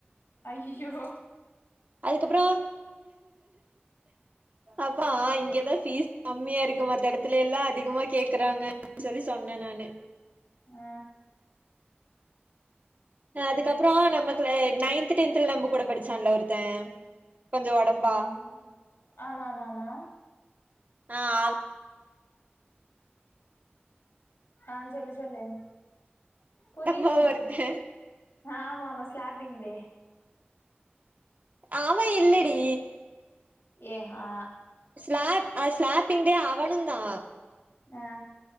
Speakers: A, on the left; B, on the right.
A: ஐய்யிய்யோ
B: அதுக்கப்றோ அப்பா இங்க தா ஃபீஸ் கம்மியா இருக்கு மத்த எடத்துலெல்லா அதிகமா கேக்கறாங்க அப்டி சொல்லி சொன்ன நானு
A: ஆ
B: அ அதுக்கப்றோ நம்மக்கூட நைன்த்து டென்த்துல நம்ம கூட படிச்சான்ல ஒருத்த கொஞ்ச ஒடம்பா
A: நைன்டி. ஆமா ஆமா ஆமா
B: ஆ அவ
A: ஆஞ்சொல்லி சொல்லு புரியிலரி
B: ஒடம்பா ஒருத்த
A: ஆமாமா ஸ்லாப்பிங் டே
B: ஆவ இல்லடி
A: ஏ ஹா
B: ஸ்லாப் அ ஸ்லாப்பிங்கடே அவனு தா
A: ஆ